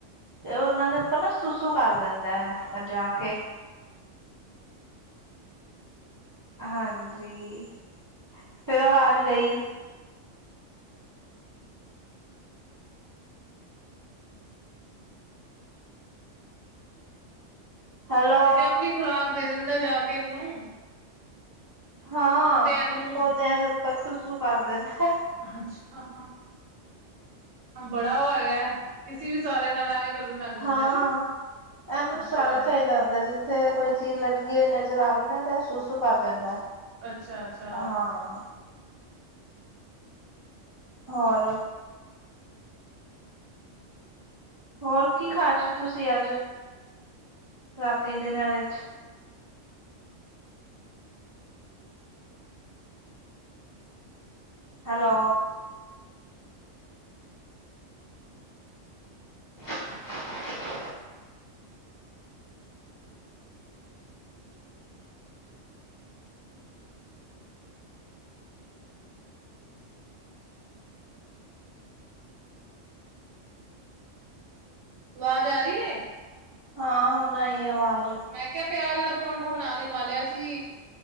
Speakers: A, on the right; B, on the right.
A: ਤੇ ਉਹਨਾਂ ਦੇ ਉੱਪਰ ਨਾ, ਸੁਸੂ ਕਰ ਦਿੰਦਾ ਇੱਥੇ ਆ ਕੇ ਹਾਂਜੀ, ਫਿਰ ਆਵਾਜ਼ ਗਈ। ਹੈਲੋ
B: ਮੈਂ ਕਿਹਾ, ਆਪਣੀ ਖੁਰਾਕ ਦੇ ਦਿੰਦਾ ਜਾ ਕੇ ਉਨੂੰ।
A: ਹਾਂ,
B: ਨੂੰ।
A: ਪੌਦਿਆਂ ਦੇ ਉੱਪਰ ਸੁਸੂ ਕਰ ਦਿੰਦਾ।
B: ਅੱਛਾ, ਬੜਾ ਉਹ ਹੈਗਾ, ਕਿਸੀ ਵੀ ਸਾਰੇ ਨਾਲ ਐਵੇਂ ਕਰਨ ਲੱਗ ਜਾਂਦਾ
A: ਹਾਂ,
B: ਕਿ
A: ਐਨੂੰ
B: ਅੱਛਾ,
A: ਸਾਰਾ ਚਾਹੀਦੈ ਹੁੰਦੈ ਜੇ ਤੇ ਕੋਈ ਚੀਜ਼ ਲਟਕੀ ਹੋਈ ਨਜ਼ਰ ਆ ਗਈ ਨਾ, ਤੇ ਸੂਸੂ ਕਰ ਦਿੰਦਾ
B: ਅੱਛਾ, ਅੱਛਾ, ਅੱਛਾ
A: ਹਾਂ। ਹੋਰ ਹੋਰ, ਕੀ ਖਾਇਆ ਸੀ ਤੁਸੀਂ ਅੱਜ ਰਾਤੀ ਡਿਨਰ ਚ? ਹੈਲੋ <unintelligible>
B: ਆਵਾਜ਼ ਆ ਰਹੀ ਏ।
A: ਹਾਂ, ਹੁਨ ਆਈ ਆਵਾਜ਼।
B: ਮੈਂ ਕਿਹਾ, ਪਿਆਜ ਆਲਾ ਪਰੌਂਠਾ ਬਣਾ ਕੇ ਖਾ ਲਿਆ ਸੀ।